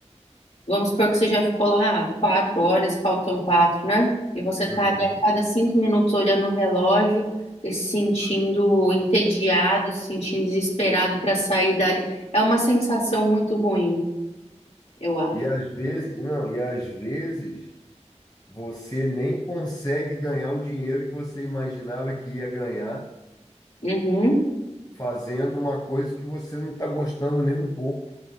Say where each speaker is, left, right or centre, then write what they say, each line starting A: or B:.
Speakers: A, on the left; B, on the left.
A: Vamos supor que você já ficou lá quatro horas, faltam quatro, né? E você tá
B: Uhum.
A: ali a cada cinco minutos olhando o relógio e se sentindo entediado, se sentindo desesperado para sair dali. É uma sensação muito ruim, eu acho.
B: E às vezes, não, e às vezes Você nem consegue ganhar o dinheiro que você imaginava que ia ganhar
A: Uhum,
B: fazendo uma coisa que você não está gostando nem um pouco.